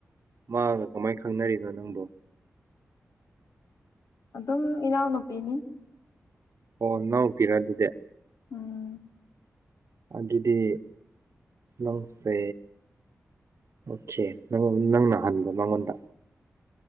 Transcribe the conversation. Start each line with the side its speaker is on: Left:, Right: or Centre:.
Right: ꯃꯥꯒ ꯀꯃꯥꯏ ꯈꯪꯅꯔꯤꯅꯣ ꯅꯪꯕꯨ
Left: ꯑꯗꯨꯝ ꯏꯅꯥꯎꯅꯨꯄꯤꯅꯤ
Right: ꯑꯣ ꯅꯥꯎꯄꯤꯔ ꯑꯗꯨꯗꯤ
Left: ꯎꯝ
Right: ꯑꯗꯨꯗꯤ ꯅꯪꯁꯦ ꯑꯣꯀꯦ ꯅꯪ ꯅꯪꯅ ꯍꯟꯕ ꯃꯉꯣꯟꯗ